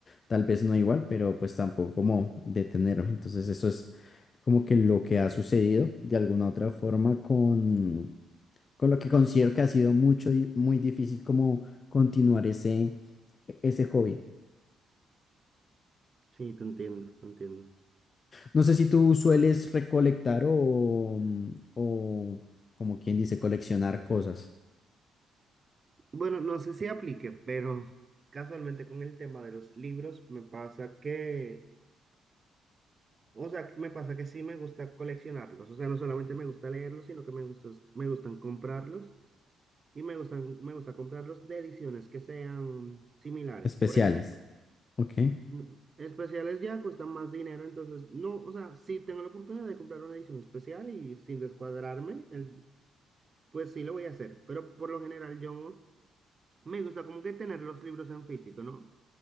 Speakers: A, on the left (about 40°); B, on the right (about 35°).
A: tal vez no igual, pero pues tampoco como detenerme. Entonces, eso es como que lo que ha sucedido de alguna otra forma con, con lo que considero que ha sido mucho, di- muy difícil como continuar ese, ese hobby.
B: sí, te entiendo, te entiendo.
A: No sé si tú sueles recolectar o, o como quien dice, coleccionar cosas
B: Bueno, no sé si aplique, pero casualmente con el tema de los libros me pasa que, o sea, me pasa que sí me gusta coleccionarlos. O sea, no solamente me gusta leerlos, sino que me gusta, me gustan comprarlos y me gustan, me gusta comprarlos de ediciones que sean similares.
A: especiales.
B: Por ejemplo,
A: Ok.
B: n- especiales ya cuestan más dinero, entonces no, o sea, sí tengo la oportunidad de comprar una edición especial y sin descuadrarme, el, Pues sí, lo voy a hacer, pero por lo general yo me gusta como que tener los libros en físico, ¿no?